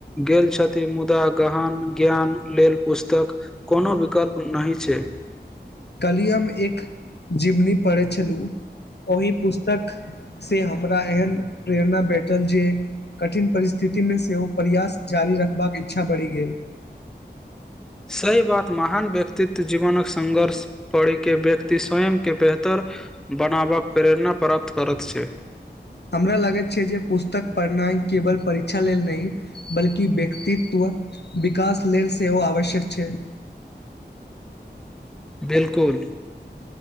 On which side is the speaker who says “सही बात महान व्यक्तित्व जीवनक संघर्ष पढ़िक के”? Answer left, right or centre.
Centre